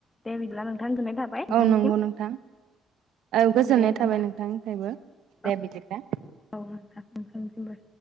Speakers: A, on the left; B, on the right.
A: दे <unintelligible> थाबाय नोंथांनिसिम
B: औ नंगौ नोंथां औ गोजोननाय
A: दे
B: थाबाय
A: होमबा
B: नोंथांनिफ्रायबो।
A: औ
B: दे बिदिब्ला
A: औ नोंथां नोंथांनिसिमबो